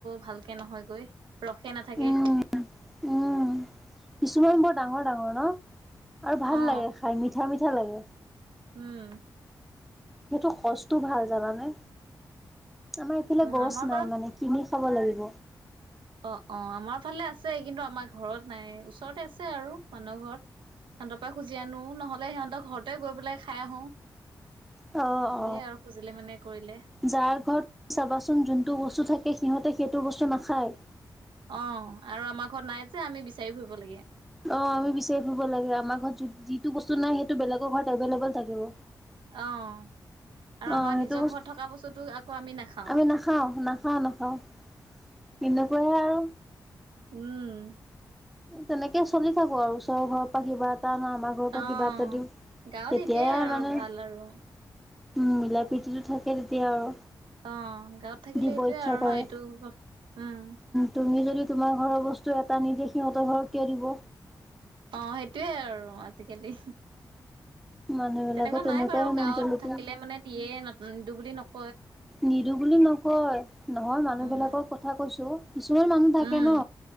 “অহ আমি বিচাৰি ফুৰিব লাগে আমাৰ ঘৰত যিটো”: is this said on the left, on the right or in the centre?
Centre